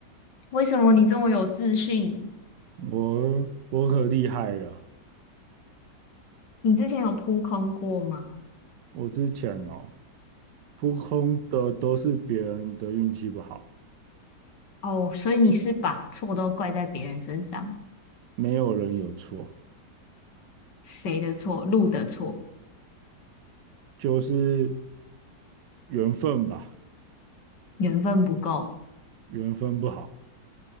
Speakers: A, on the left; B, on the right.
A: 为什么你这么有自信？
B: 我我可厉害了，
A: 你之前有扑空过吗？
B: 我之前哦，扑空的都是别人的运气不好，
A: 哦，所以你是把错都怪在别人身上，
B: 没有人有错，
A: 谁的错？路的错，
B: 就是缘分吧，
A: 缘分不够
B: 缘分不好。